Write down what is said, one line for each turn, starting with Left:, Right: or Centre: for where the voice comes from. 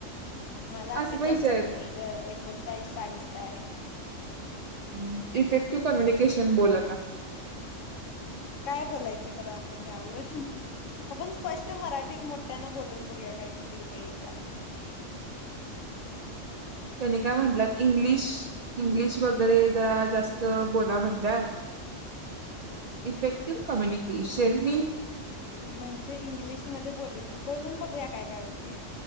Left: माझा अठ्ठेचाळीस
Right: असे पैसे
Left: चा
Right: आहेत.
Left: पण नाही ग एकोणचाळीस चाळीसचा आहे.
Right: हम्म इफेक्टिव्ह कम्युनिकेशन बोल आता
Left: काय बोलायचं खरं आपण यावर आपण स्पष्ट मराठीत मोठ्यानं बोलून बघूया काय किती रुपये येत्या
Right: त्यानी काय म्हटलं इंग्लिश इंग्लिश व अरे जरा जास्त बोलव म्हणलं इफेक्टिव कम्युनिकेशनन्
Left: म्हणजे इंग्लिशमध्ये बोल बोलून बघूया काय काय होतय.